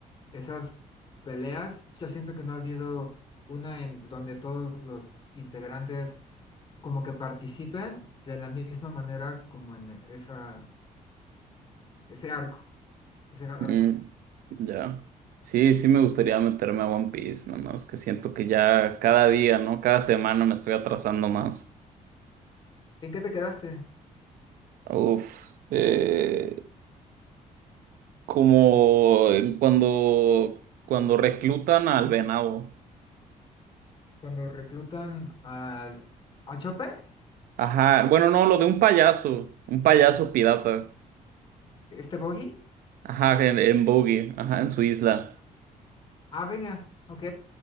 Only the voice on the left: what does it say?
esas peleas, yo siento que no ha habido una en donde todos los integrantes como que participen de la misma manera como en esa, ese arco, ese arco.
¿En qué te quedaste?
Cuando reclutan a, a Chopper,
este Boggy.
Ah, venga, ok,